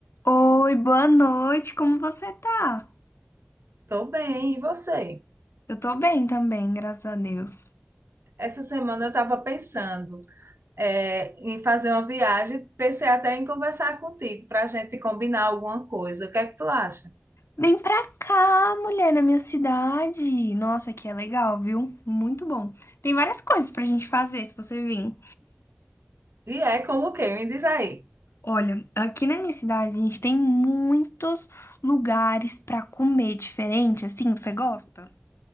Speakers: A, on the left (about 80°); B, on the right (about 70°).
A: Oi, boa noite, como você tá?
B: Tô bem, e você?
A: Eu tô bem também, graças a Deus.
B: Essa semana eu estava pensando é, em fazer uma viagem, pensei até em conversar contigo para a gente combinar alguma coisa. O que é que tu acha?
A: Vem pra cá, mulher, na minha cidade. Nossa, aqui é legal, viu? Muito bom. Tem várias coisas pra gente fazer se você vir.
B: E é como o quê? Me diz aí.
A: Olha, aqui na minha cidade a gente tem muitos lugares pra comer diferente, assim, você gosta?